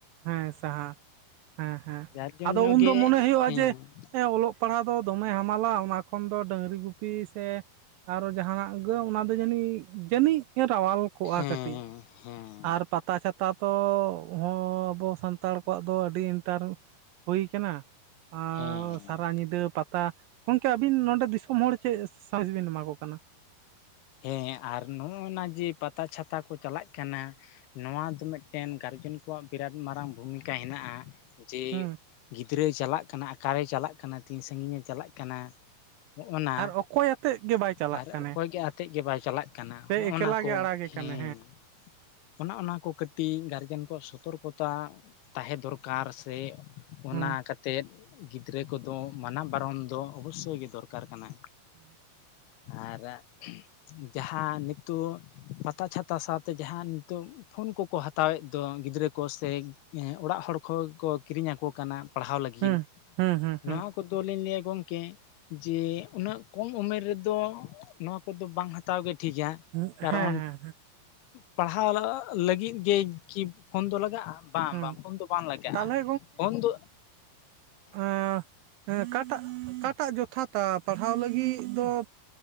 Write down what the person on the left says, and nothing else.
ᱡᱟᱨ ᱡᱚᱱᱱᱚ
ᱜᱮ
ᱦᱮᱸ
ᱦᱮᱸ
ᱦᱮᱸ
ᱦᱮᱸ
ᱦᱮᱸ ᱟᱨ ᱱᱚᱜᱼᱚᱭ ᱱᱟ ᱡᱮ ᱯᱟᱛᱟ ᱪᱷᱟᱛᱟ ᱠᱚ ᱪᱟᱞᱟᱜ ᱠᱟᱱᱟ ᱱᱚᱣᱟ ᱫᱚ ᱢᱤᱫᱴᱮᱱ ᱜᱟᱨᱡᱮᱱ ᱠᱚᱣᱟᱜ ᱵᱤᱨᱟᱴ ᱢᱟᱨᱟᱝ ᱵᱷᱩᱢᱤᱠᱟ ᱦᱮᱱᱟᱜᱼᱟ ᱡᱮ
ᱜᱤᱫᱽᱨᱟᱹᱭ ᱪᱟᱞᱟᱜ ᱠᱟᱱᱟ ᱟᱠᱟᱨᱮᱭ ᱪᱟᱞᱟᱜ ᱠᱟᱱᱟ ᱛᱤᱱ ᱥᱟᱹᱜᱤᱧ ᱮ ᱪᱟᱞᱟᱜ ᱠᱟᱱᱟ ᱱᱚᱜᱼᱚ ᱱᱟ
ᱟᱨ
ᱚᱠᱚᱭ ᱜᱮ ᱟᱛᱮᱫ ᱜᱮ ᱵᱟᱭ ᱪᱟᱞᱟᱜ ᱠᱟᱱᱟ?
ᱦᱚᱸ
ᱚᱱᱟ ᱠᱚ
ᱦᱮᱸ
ᱚᱱᱟ ᱚᱱᱟ ᱠᱚ ᱠᱟᱹᱴᱤᱡ ᱜᱟᱨᱡᱮᱱ ᱠᱚᱣᱟᱜ ᱥᱚᱛᱚᱨᱠᱚᱛᱟ ᱛᱟᱦᱮᱸ ᱫᱚᱨᱠᱟᱨ ᱥᱮ ᱾ ᱚᱱᱟ
ᱠᱟᱛᱮᱫ ᱜᱤᱫᱽᱨᱟᱹ ᱠᱚᱫᱚ ᱢᱟᱱᱟ ᱵᱟᱨᱚᱱ ᱫᱚ ᱚᱵᱚᱥᱥᱳᱭ ᱜᱮ ᱫᱚᱨᱠᱟᱨ ᱠᱟᱱᱟ᱾
ᱟᱨ ᱡᱟᱦᱟᱸ ᱱᱤᱛᱚᱜ ᱯᱟᱛᱟ ᱪᱷᱟᱛᱟ ᱥᱟᱶᱛᱮ ᱡᱟᱦᱟᱸ ᱱᱤᱛᱚᱜ ᱯᱷᱳᱱ ᱠᱚᱠᱚ ᱦᱟᱛᱟᱣᱮᱫ ᱫᱚ ᱜᱤᱫᱽᱨᱟᱹ ᱠᱚ ᱥᱮ ᱚᱲᱟᱜ ᱦᱚᱲ ᱠᱚᱠᱚ ᱠᱤᱨᱤᱧ ᱟᱠᱚ ᱠᱟᱱᱟ᱾ ᱯᱟᱲᱦᱟᱣ ᱞᱟᱹᱜᱤᱫ
ᱱᱚᱣᱟ ᱠᱚ ᱠᱚᱫᱚ ᱞᱤᱧ ᱞᱟᱹᱭᱟ ᱜᱚᱝᱠᱮ ᱡᱮ ᱩᱱᱟᱹᱜ ᱠᱚᱢ ᱩᱢᱮᱨ ᱨᱮᱫᱚ ᱱᱚᱣᱟ ᱠᱚᱫᱚ ᱵᱟᱝ ᱦᱟᱛᱟᱣ ᱜᱮ ᱴᱷᱤᱠᱟ
ᱠᱟᱨᱚᱱ
ᱯᱟᱲᱦᱟᱣ ᱞᱟᱹᱜᱤᱫ ᱜᱮ ᱠᱤ ᱯᱷᱳᱱ ᱫᱚ ᱞᱟᱜᱟᱜᱼᱟ? ᱵᱟᱝ
ᱵᱟᱝ ᱯᱷᱳᱱ ᱫᱚ ᱵᱟᱝ ᱞᱟᱜᱟᱜᱼᱟ
ᱯᱷᱳᱱ ᱫᱚ